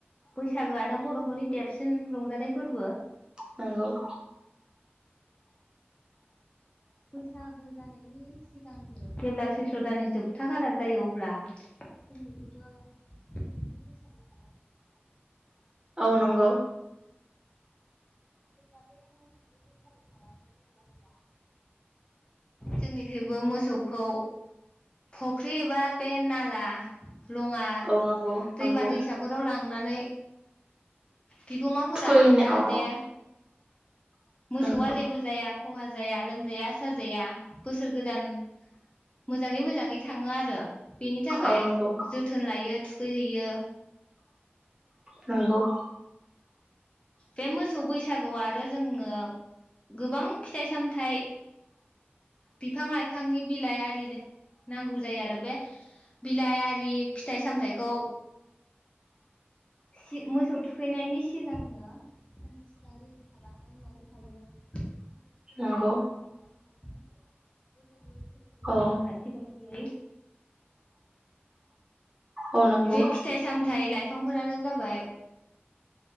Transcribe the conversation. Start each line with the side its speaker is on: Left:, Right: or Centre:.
Left: बैसागोआनो बर'फोरनि देरसिन रंजाथाइ फोरबो।
Right: नंगौ <inaudible>
Left: बैसागो जानायनि सिगांनो जेब्ला सैथ्र दाननि जोबथा खालार जायो अब्ला जोंनिथिंबो मोसौनि बैसागो
Right: औ नंगौ
Left: बे मोसौनि बैसागु खालामनाय जायो अब्ला जोंनिख्रुइबो मोसौखौ फुख्रि एबा बे नाला लङा,
Right: औ नंगौ
Left: दैमा
Right: नंगौ
Left: दैसाफोराव लां नानै बिगोमाफोरा
Right: थुखैयैनो
Left: जाहाथे
Right: अ
Left: मोसौआ
Right: अ
Left: जेबो जाया। खहा जाया लोमजाया साजाया बोसोर गोदान मोजाङै मोजाङै थाङो आरो बेनि थाखाय
Right: औ नंगौ
Left: जोथोन लायो थुखैहैयो।
Right: नंगौ।
Left: बे मोसौ बैसागौ आरो जोंनो गोबां फिथाइ सामथाइ बिफां लाइफांनि बिलाइ आरिले नांगौ जायो आरो बे बिलाइ आरि फिथाइ सामथाइखौ सि मोसौ थुखैनायनि सिगांनो सानसे सिगां रेडि खालामनानै लाग्रोखायो। मोसौ थुखैखालि
Right: नंगौ
Left: रेडि खालामनो हायो। मा होनो गोदोनि सोलिबोनाय
Right: औ
Left: नेमखान्थि बायदि यै
Right: औ नंगौ
Left: बे फिथाइ सामथाइ लाइफ फांफोरानो जाबाय